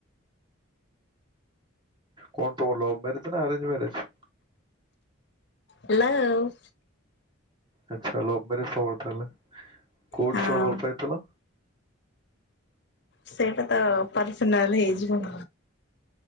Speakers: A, on the right (about 20°); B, on the left (about 55°).
A: କଣ ତୁମର ଲଭ ମ୍ୟାରେଜ ନା ଆରେଞ୍ଜ ମ୍ୟାରେଜ।
B: ହେଲଓ
A: ଆଚ୍ଛା ଲଭ ମ୍ୟାରେଜ୍ ସବୁ ତାହେଲେ କୋଉଠିଣ
B: ହଁ
A: ଭଲ ପାଇଥିଲ।
B: ସେଇଟାତ ପର୍ସନାଲ ହେଇଯିବ।